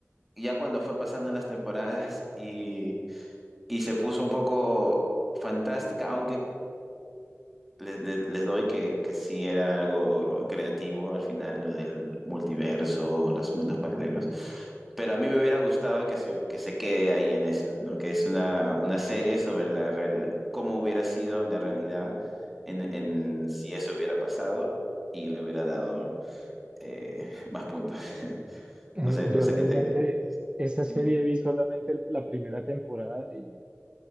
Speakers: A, in the centre; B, on the right.
A: ya cuando fue pasando las temporadas y, y se puso un poco fantástica, aunque le- le- les doy que, que sí era algo creativo al final, lo del multiverso, los mundos paralelos, pero a mí me hubiera gustado que se, que se quede ahí en eso, ¿no? Que es una, una serie sobre la, re- la- cómo hubiera sido la realidad en, en si eso hubiera pasado y le hubiera dado eh, más puntos. <laughs>
B: Mm,
A: No sé, no
B: Yo
A: sé
B: realmente
A: qué te...
B: esa
A: si-
B: serie vi solamente el- la primera temporada y